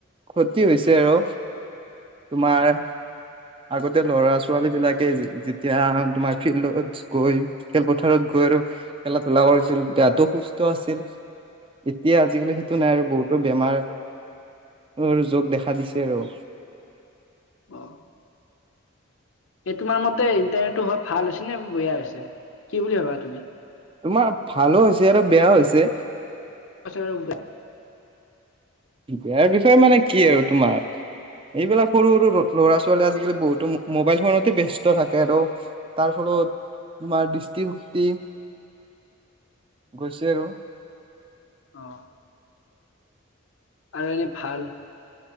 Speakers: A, on the right; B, on the left.
A: ক্ষতি হৈছে, আৰু, তোমাৰ আগতে লৰা ছোৱালী বিলাকে যেতিয়া তোমাৰ ফিল্ডত গৈ খেলপথাৰত গৈ আৰু খেলা ধূলা কৰিছিল দেহাতটো সুস্থ আছিল এতিয়া আজিকালি সেইটো নাই আৰু বহুতো বেমাৰ যোগ দেখা দিছে আৰু।
B: অ'। এই তোমাৰ মত ইণ্টাৰনেটটো হোৱা ভাল নে বেয়া হৈছে? কি বুলি ভাবা তুমি?
A: তোমাৰ ভালো হৈছে আৰু বেয়া হৈছে।
B: <unintelligible>
A: বিয়াৰ বিষয়ে মানে কি আৰু তোমাৰ এইবিলাক সৰু সৰু ল'ৰা ছোৱালী আজিকালি বহুতো মোবাইল ফোনতে ব্যস্ত থাকে আৰু তাৰ ফলত তোমাৰ দৃষ্টিশক্তি গৈছে আৰু।
B: আহ আৰু এনে ভাল